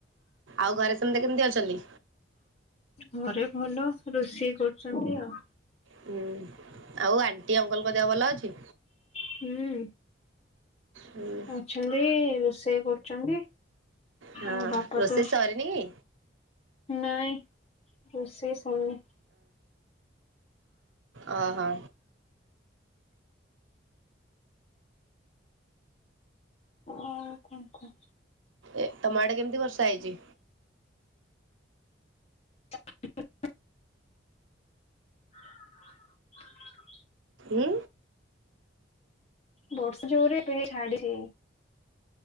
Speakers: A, on the right; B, on the left.
A: ଆଉ ଘରେ ସେମିତି କେମିତି ଅଛନ୍ତି?
B: ଘରେ ଭଲ ରୋଷେଇ କରୁଛନ୍ତି ଆଉ।
A: ହୁଁ ଆଉ ଆଣି ଟି ଅଙ୍କଲଙ୍କ ଦେହ ଭଲ ଅଛି?
B: ହୁଁ।
A: ହୁଁ
B: ଅଛନ୍ତି। ରୋଷେଇ କରୁଚନ୍ତି।
A: ହଁ
B: ଆଉ ବାପା
A: ରୋଷେଇ
B: ତ
A: ସରିନି କି?
B: ନାଇଁ ରୋଷେଇ ଶରନି।
A: ଓ ହୋ।
B: ଆଉ କଣ କୁହ?
A: ଏ ତମ ଆଡେ କେମିତି? କେତେ ବର୍ଷା ହେଇଛି?
B: <unintelligible> <inaudible>
A: ଉଁ।
B: ବର୍ଷା ଜୋରେ ଏବେ ହେଇ ଛାଡିଚି।